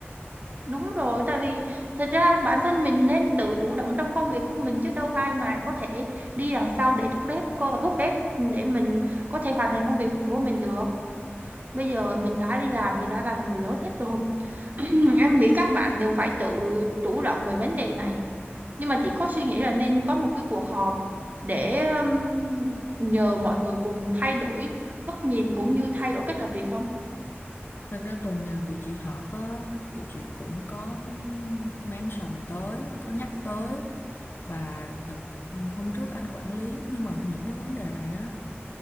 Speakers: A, on the right; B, on the left.
A: Đúng rồi, tại vì thật ra bản thân mình nên tự chủ động trong công việc của mình chứ đâu ai mà có thể đi đằng sau để thúc ép co- thúc ép để mình có thể hoàn thành công việc của mình được. Bây giờ mình đã đi làm thì đã là người lớn hết rồi. <clears throat> Em nghĩ các bạn đều phải tự chủ động về vấn đề này. Nhưng mà chỉ có suy nghĩ là nên có một cái cuộc họp để um, nhờ mọi người cùng thay đổi góc nhìn cũng như thay đổi cách làm việc không?
B: Thật ra tuần nào tụi chị họp á, tụi chị cũng có mention tới, có nhắc tới và thật ừ, hôm trước anh quản lý nhưng mà những cái vấn đề này á,